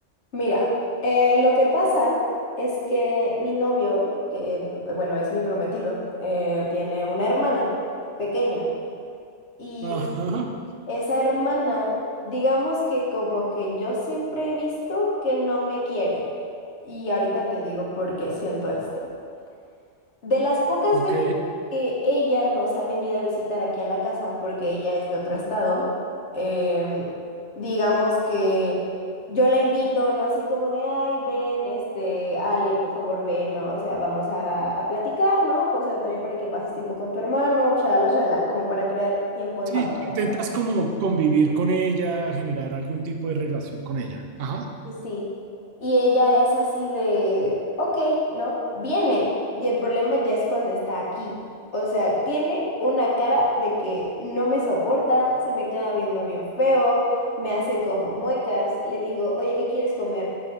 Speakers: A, on the left; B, on the right.
A: Mira, eh, lo que pasa es que mi novio, que b- bueno, es mi prometido, eh, tiene una hermana pequeña y
B: Ajá,
A: esa hermana, digamos que como que yo siempre he visto que no me quiere y ahorita te digo por qué siento esto. De las pocas
B: ok.
A: veces que ella nos ha venido a visitar aquí a la casa, porque ella es de otro estado, em, digamos que yo la invito, ¿no? Así como de, ay, ven, este, Ale, por favor, ven, ¿no? O sea, vamos a, a platicar, ¿no? Pues o sea, también para que pases tiempo con tu hermano, shala, shala, como para crear tiempo en
B: Sí,
A: familia.
B: tú intentas
A: ¿no?
B: como convivir con ella, generar algún tipo de relación con ella. Ajá.
A: Y sí, y ella es así de, ok, ¿no? Viene, y el problema ya es cuando está aquí. O sea, tiene una cara de que no me soporta, se me queda viendo bien feo, me hace como muecas, le digo, oye, ¿qué quieres comer?